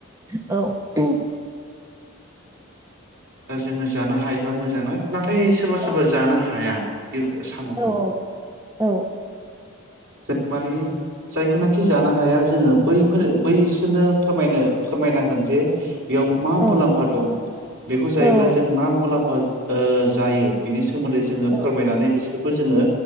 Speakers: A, on the right; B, on the right.
A: औ उहुम।
B: दा जोङो जानो हायोबा मोजांना? नाथाय सोरबा
A: औ
B: सोरबा जानो हाया। बे सामखौ
A: औ औ
B: <unintelligible> माने जायफोरनाखि जानो हाया जोंङो बैफोर बैसोरनो फोरमायनो फोरमायनांगोन जे बेयाव मा मुलाम्फा
A: औ
B: दं बेखौ जायोब्ला
A: औ
B: जों मा मुलाम्फा ओ जायो बिनि सा सोमोन्दै जोङो
A: औ
B: फोरमायनानै बिसोर खौ जोङो